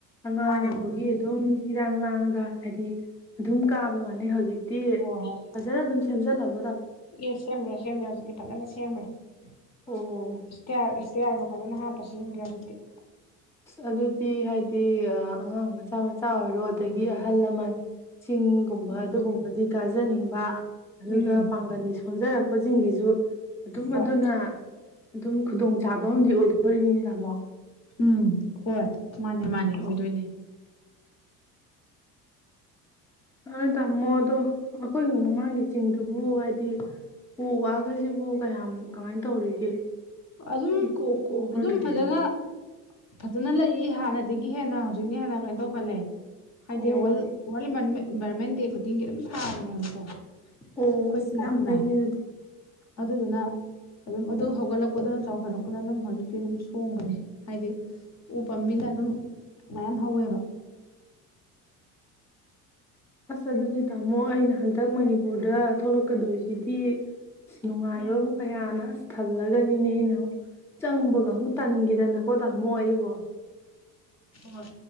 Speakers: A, in the centre; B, on the left.
A: ꯑꯉꯥꯡ
B: ꯃꯥꯅꯦ
A: ꯑꯣꯏꯕꯒꯤ
B: ꯃꯥꯅꯦ
A: ꯑꯗꯨꯝ ꯏꯔꯥꯡ ꯂꯥꯡꯉꯒ ꯍꯥꯏꯗꯤ ꯑꯗꯨꯝ ꯀꯥꯕ ꯋꯥꯅꯤ ꯍ ꯇꯤ
B: ꯍꯣꯏ ꯍꯣꯏ
A: ꯐꯖꯅ ꯑꯗꯨꯝ ꯁꯦꯝꯖꯤꯜꯂꯕ
B: ꯑꯦ ꯁꯦꯝꯒ꯭ꯔꯦ ꯁꯦꯝꯒ꯭ꯔꯦ ꯍꯧꯖꯤꯛꯇꯤ ꯐꯖꯅ ꯁꯦꯝꯕꯒ꯭ꯔꯦ <unintelligible>
A: ꯑꯣ
B: ꯀꯦ ꯍꯥꯢꯅꯣ ꯐꯖꯅ ꯍꯥꯢꯔꯛꯇꯔꯗꯤ ꯒ꯭ꯌꯥꯟ ꯇꯦ
A: ꯑꯁ ꯑꯗꯨꯗꯤ ꯍꯥꯏ ꯗꯤ ꯑꯥ ꯑꯉꯥꯡ ꯃꯆꯥ ꯃꯆꯥ ꯑꯣꯏꯔꯣ ꯑꯗꯒꯤ ꯑꯍꯜ ꯂꯃꯟ ꯆꯤꯡꯒꯨꯝꯕ
B: ꯎꯝ
A: ꯑꯗꯨꯒꯨꯝꯕꯗꯤ ꯀ ꯖꯅꯤꯡꯕ ꯑꯗꯨꯒꯒ
B: ꯎꯝ
A: ꯄꯥꯡꯒꯅꯤꯁ ꯍꯣꯟꯖꯔꯛꯄꯁꯤꯡꯒꯤꯖꯨ ꯑꯗꯨꯝ
B: ꯍꯣꯏ
A: ꯑꯗꯨꯅ ꯑꯗꯨꯝ ꯈꯨꯗꯣꯡ ꯆꯥꯕ ꯑꯃꯗꯤ ꯑꯣꯏ ꯍꯣꯢꯅꯤꯅꯦ ꯇꯥꯃꯣ
B: ꯎꯝ ꯍꯣꯏ ꯃꯥꯅꯦ ꯃꯥꯅꯦ ꯑꯣꯏꯗꯣꯏꯅꯦ
A: ꯑꯍ ꯇꯥꯝꯃꯣ ꯑꯗꯣ ꯑꯈꯣꯏꯒꯤ ꯃꯃꯥꯡꯒꯤ ꯆꯤꯡꯗꯨꯕꯨ ꯍꯥꯏꯗꯤ ꯎ ꯋꯥꯒꯖꯤꯕꯨ ꯀꯌꯥꯝ ꯀꯃꯥꯏꯅ ꯇꯧꯔꯤꯒꯦ
B: ꯑꯗꯨꯝ
A: ꯏꯀꯣꯛ ꯀꯣꯛꯑꯕ꯭ꯔꯣ
B: ꯑꯗꯨꯝ
A: ꯇꯧꯔꯤꯁꯤꯕꯣ
B: ꯐꯖꯅ ꯐꯖꯅ ꯂꯩꯌꯦ ꯍꯥꯟꯅꯗꯒꯤ ꯍꯦꯟꯅ ꯍꯧꯖꯤꯛꯅ ꯍꯦꯟꯅ ꯀꯩꯅ ꯇꯧꯈꯠꯂꯦ ꯍꯥꯏꯗꯤ
A: ꯑꯣ
B: ꯋꯜ ꯋꯜ ꯏꯟꯚꯥꯏꯔꯃꯦꯟ ꯏꯟꯚꯥꯏꯔꯣꯟꯃꯦꯟ ꯗꯦ ꯈꯨꯗꯤꯡꯒꯤ ꯑꯗꯨꯝ ꯊꯥꯕꯅꯦꯕꯀꯣ
A: ꯑꯣ
B: ꯑꯩꯈꯣꯏ ꯀ꯭ꯂꯕꯅ
A: ꯌꯥꯝ ꯐꯩꯅꯦ ꯑꯗꯨꯗꯤ
B: ꯑꯗꯨꯗꯨꯅ ꯑꯗꯨꯝ ꯑꯗꯨ ꯍꯧꯒꯠꯂꯛ ꯄꯣꯗꯨꯅ ꯆꯥꯎꯈꯠꯂꯛꯄꯗꯨꯅ ꯑꯗꯨꯝ ꯍꯧꯖꯤꯛꯇꯤ ꯑꯗꯨꯝ ꯁꯣꯡꯕꯅꯦ ꯍꯥꯏꯗꯤ ꯎ ꯄꯥꯝꯕꯤꯅ ꯑꯗꯨꯝ ꯃꯌꯥꯝ ꯍꯧꯋꯦꯕ
A: ꯑꯁ ꯑꯗꯨꯗꯤ ꯇꯥꯃꯣ ꯑꯩꯅ ꯍꯟꯗꯛ ꯃꯅꯤꯄꯨꯔꯗ ꯊꯣꯛꯂꯛꯀꯗꯣꯏꯖꯤ ꯇꯤ ꯅꯨꯡꯉꯥꯏꯕ
B: ꯎꯝ
A: ꯀꯌꯥꯅ ꯑꯁ ꯊꯜꯂꯒꯅꯤꯅꯦ ꯑꯩꯅ ꯑꯃꯨꯛ ꯆꯪꯕꯒ ꯑꯃꯨꯛ ꯇꯟꯒꯤꯗꯅꯀꯣ ꯇꯥꯃꯣ ꯑꯩꯕꯣ
B: ꯍꯣꯢ